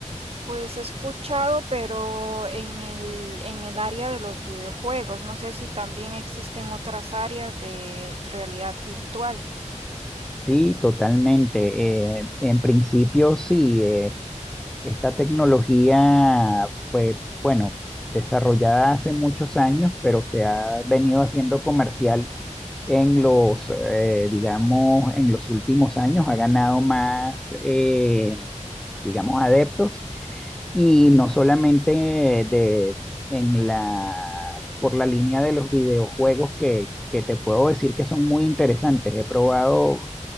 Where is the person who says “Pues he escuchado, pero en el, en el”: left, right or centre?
Right